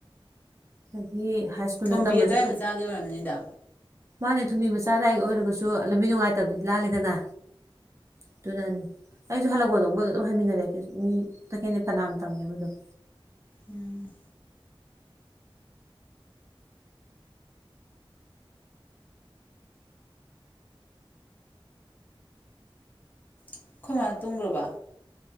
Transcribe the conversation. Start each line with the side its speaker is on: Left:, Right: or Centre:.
Right: ꯑꯗꯒꯤ ꯍꯥꯏ ꯁ꯭ꯀꯨꯜꯗ
Left: ꯊꯣꯝꯕꯤ
Right: ꯇꯝꯕꯁꯨ
Left: ꯑꯗꯥꯏ ꯃꯆꯥꯒꯤ ꯑꯣꯏꯔꯝꯅꯤꯗ
Right: ꯃꯥꯅꯦ ꯊꯨꯝꯕꯤ ꯃꯆꯥꯗ ꯑꯩꯒꯤ ꯑꯣꯏꯔꯒꯁꯨ ꯂꯝꯕꯤ ꯅꯨꯡꯉꯥꯏꯇꯕꯗꯤꯗꯤ ꯂꯥꯜꯂꯤꯗꯅ ꯑꯗꯨꯅ ꯑꯩꯁꯨ ꯍꯜꯂꯛꯄꯗꯣ ꯃꯣꯏꯒ ꯑꯗꯨꯝ ꯍꯟꯃꯤꯟꯅꯔꯦ ꯃꯤ ꯇꯈꯦꯟꯗ ꯐꯅꯥꯝ ꯇꯝꯃꯦꯕ ꯑꯗꯨꯝ
Left: ꯎꯝ ꯑꯩꯈꯣꯏ ꯃꯥ ꯇꯨꯡꯒꯔꯥꯕ